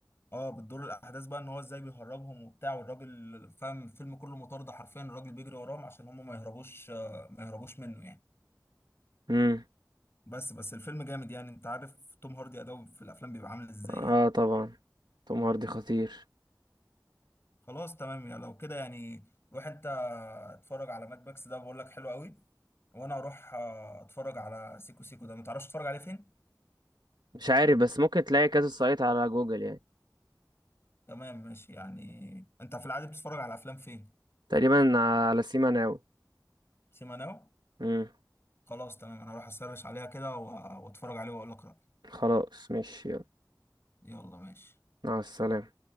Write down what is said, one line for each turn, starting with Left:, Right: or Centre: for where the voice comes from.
Left: اه بتدور الاحداث بقى ان هو ازاي بيهربهم وبتاع والراجل فاهم الفيلم كله مطارده حرفيا الراجل بيجري وراهم عشان هم ما يهربوش آه، ما يهربوش منه يعني
Right: امم
Left: بس بس الفيلم جامد يعني انت عارف توم هاردي اداؤه في الافلام بيبقى عامل ازاي
Right: اه
Left: يعني
Right: طبعا توم هاردي خطير
Left: خلاص تمام يعني لو كده يعني روح انت اتفرج على ماد ماكس ده بقول لك حلو قوي وانا اروح آه، اتفرج على سيكو سيكو ده ما تعرفش تتفرج عليه فين
Right: مش عارف بس ممكن تلاقي كذا سايت على جوجل يعني
Left: تمام ماشي يعني انت في العادي بتتفرج على افلام فين
Right: تقريبا على سيما ناو
Left: سيما ناو
Right: امم
Left: خلاص تمام انا اروح اسرش عليها كده و- واتفرج عليه واقول لك رأيي
Right: خلاص ماشي يلا
Left: يلا ماشي
Right: مع السلامة